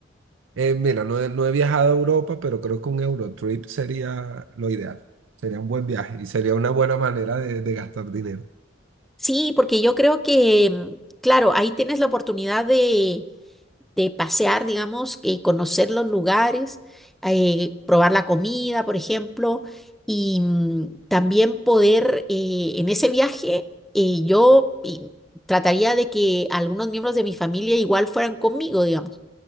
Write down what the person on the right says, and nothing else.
Eh, mira, no he, no he viajado a Europa, pero creo que un Eurotrip sería lo ideal. Sería un buen viaje y sería una buena manera de, de gastar dinero.